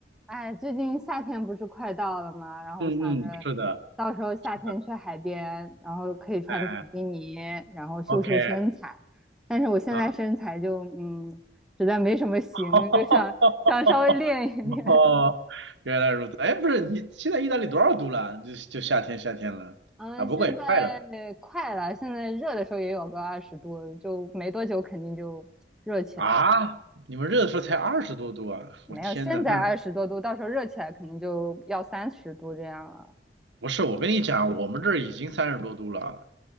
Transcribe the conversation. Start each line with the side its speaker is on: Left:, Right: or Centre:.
Centre: 哎，最近夏天不是快到了吗？然后我想着，
Right: 嗯嗯，是的，
Centre: 到时候夏天去海边，
Right: 是的，
Centre: 然后可以穿比基尼，
Right: 哎
Centre: 然后秀秀身材。
Right: ，OK，
Centre: 但是我现在身材就嗯，
Right: 啊，
Centre: 实在没什么型，
Right: <laughs>
Centre: 就想想稍微练一练。
Right: 哦，原来如此，哎，不是，你现在意大利多少度了？就就夏天夏天了啊，
Centre: 嗯，
Right: 不过也快了
Centre: 现在快了，现在热的时候也有个二十度，就没多久肯定就热起来。
Right: 啊，你们热的时候才二十多度啊，
Centre: 没有，
Right: 我天呐，
Centre: 现在二十多度，
Right: 那
Centre: 到时候热起来肯定就要三十度这样了
Right: 不是，我跟你讲，我们这儿已经三十多度了啊，